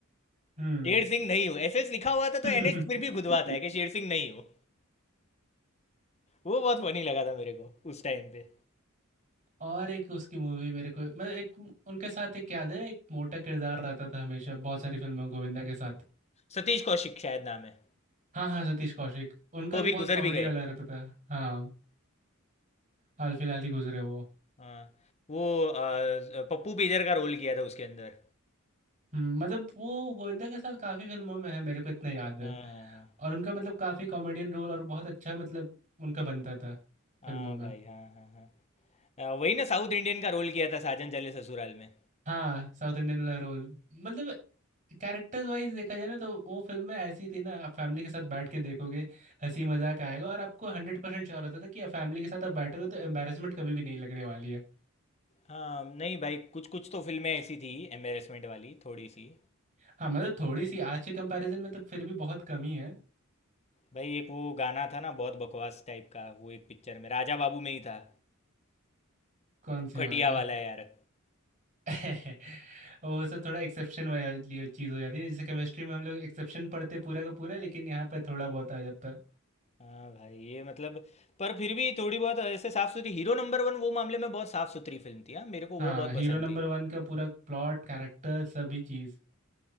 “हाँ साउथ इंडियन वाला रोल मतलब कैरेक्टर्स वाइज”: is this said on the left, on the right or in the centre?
Right